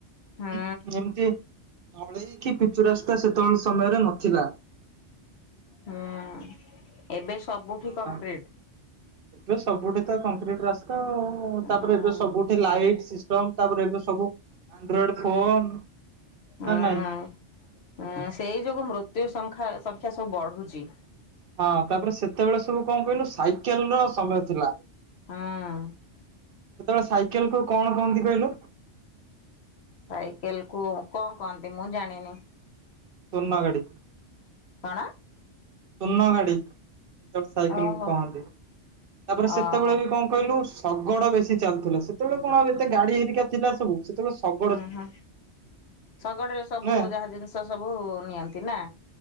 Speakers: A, on the left; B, on the right.
A: ହୁଁ
B: ଏମତି ଟିକେ ଢଳେଇ କିି ପିଚୁ ରାସ୍ତା ସେତେବେଳେ ସମୟରେ ନଥିଲା।
A: ହୁଁ ଏବେ ସବୁଠି
B: ହଁ।
A: କଂକ୍ରିଟ୍।
B: ଏବେ ସବୁଠି ତ କଂକ୍ରିଟ ରାସ୍ତା ଆଉ
A: ହୁଁ
B: ତାପରେ ଏବେ ସବୁଠି ଲାଇଟ୍ ସିଷ୍ଟମ୍ ତାପରେ ଏବେ ସବୁ ଆଣ୍ଡ୍ରଏଡ଼ ଫୋନ୍ ନା
A: ହୁଁ।
B: ନାଇଁ?
A: ହୁଁ ସେଇ ଯୋଗୁଁ ମୃତ୍ୟୁ ସଂଖା ସଂଖ୍ୟା ସବୁ ବଢୁଛି।
B: ହଁ ତାପରେ ସେତେବେଳେ ସବୁ କଣ କହିଲ ସାଇକେଲ ର ସମୟ ଥିଲା।
A: ହୁଁ।
B: ସେତେବେଳେ ସାଇକେଲ କୁ କଣ କହନ୍ତି କହିଲ?
A: ସାଇକେଲ କୁ କଣ କହନ୍ତି ମୁଁ ଜାଣିନି‌।
B: ସୋନଗାଡ଼ି କୁ
A: କଣ?
B: ସୋନଗାଡ଼ି। ଯେତେବେଳେ ସାଇକେଲକୁ
A: ଓହୋ
B: କହନ୍ତି। ତାପରେ
A: ଓହୋ
B: ସେତେବେଳେ ବି କଣ କହିଲୁ ଶଗଡ ବେଶୀ ଚାଲୁଥିଲା ସେତେବେଳେ କଣ ଏତେ ଗାଡି ହେରିକା ଥିଲା ସବୁ ସେତେବେଳେ ଶଗଡ଼।
A: ଓ ହୋ ଶଗଡ଼ରେ ସବୁ
B: ନୁହେଁ
A: ଯାହା ଜିନିଷ ସବୁ ନିଅନ୍ତି ନା।